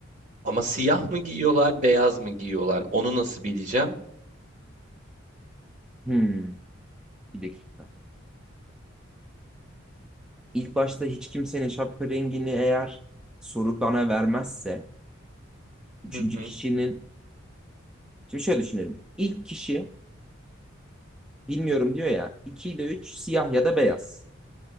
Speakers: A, on the right (about 35°); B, in the centre.
A: Ama siyah mı giyiyorlar, beyaz mı giyiyorlar? Onu nasıl bileceğim?
B: Hmm, bir dakika. İlk başta hiç kimsenin şapka rengini eğer soru bana vermezse üçüncü
A: Hı hı.
B: kişinin şimdi şöyle düşünelim. İlk kişi bilmiyorum diyor ya 2 ile 3 siyah ya da beyaz.